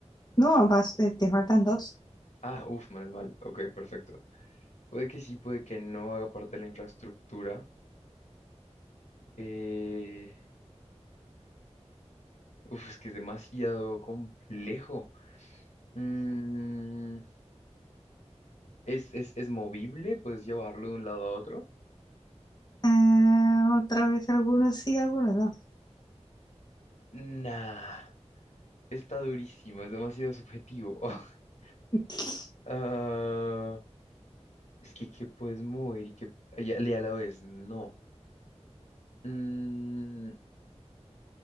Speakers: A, on the left; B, on the left.
A: No, vas, eh, te faltan dos.
B: Ah, uf, menos mal. Ok, perfecto. Puede que sí, puede que no haga parte de la infraestructura. Eh, uf, es que es demasiado complejo. Mm, ¿es, es, es movible? ¿Puedes llevarlo de un lado a otro?
A: Ah, otra vez algunos sí, algunos no.
B: Nah, está durísimo, es demasiado subjetivo. <laughs>
A: <laughs>
B: Ah, Es que, ¿qué puedes mover y que ya, y a la vez no? Mm,